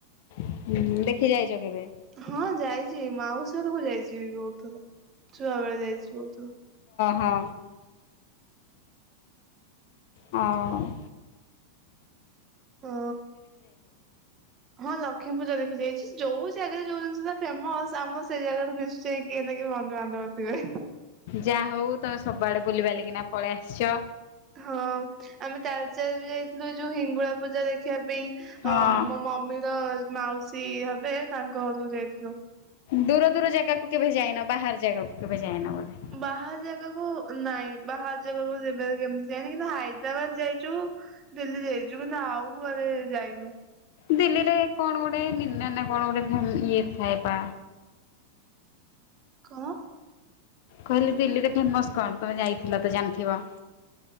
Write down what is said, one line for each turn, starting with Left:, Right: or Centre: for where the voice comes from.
Left: ହୁଁ ଦେଖି ଯାଇଚ କେବେ?
Right: ହଁ ଯାଇଛି ମାଉସୀ ଘରକୁ ଯାଇଛି ବହୁତ୍ ଥର। ଛୁଆବେଳେ ଯାଇଛି ବହୁତୁ।
Left: ହଁ। ହଁ ଉ।
Right: ହଁ ହଁ ଲକ୍ଷ୍ମୀପୂଜା ଦେଖି ଯାଇଛି। ଯୋଉ ଜାଗାରେ ଯୋଉ ଜିନିଷ ଟା ଫେମସ୍ ଆମ ସେଇ ଜାଗାରେ ନିଶ୍ଚୟ କିଏ ନେ କିଏ ବନ୍ଧୁବାନ୍ଧବ ଥିବେ।
Left: ଯାହା ହଉ ତମେ ସବୁଆଡେ ବୁଲିିବାଲିକିନା ପଳେଇ ଆସିଛ।
Right: ହଁ ଆମେ ତାଳଚେର ବି ଯାଇଥିଲୁ ଯୋଉ ହିଙ୍ଗୁଳାପୂଜା ଦେଖିବା ପାଇଁ
Left: ହଁ
Right: ଅ ମୋ ମମିର ମାଉସୀ ହେ ବେ ତାଙ୍କ ଘରୁକୁ ଯାଇଥିଲୁ।
Left: ଦୂର ଦୂର ଜାଗାକୁ କେବେ ଯାଇନ। ବାହାର ଜାଗାକୁ କେବେ ଯାଇନ ବୋଧେ?
Right: ବାହାର ଜାଗାକୁ ନାଇଁ ବାହାର ଜାଗାକୁ କେବେ କେମିତି ଯାଇନି କିନ୍ତୁ ହାଇଦ୍ରାବାଦ୍ ଯାଇଛୁ। ଦିଲ୍ଲୀ ଯାଇଛୁ। କିନ୍ତୁ ଆଉ କୁଆଡେ ଯାଇନୁ।
Left: ଦିଲ୍ଲୀରେ କଣ ଗୋଟେ ନି ନା କଣ ଗୋଟେ ଇଏ ଥାଏ ପା।
Right: କଁ।
Left: କହିଲି ଦିଲ୍ଲୀରେ ଫେମସ୍ କଣ? ତମେ ଯାଇଥିଲ ତ ଜାଣିଥିବ।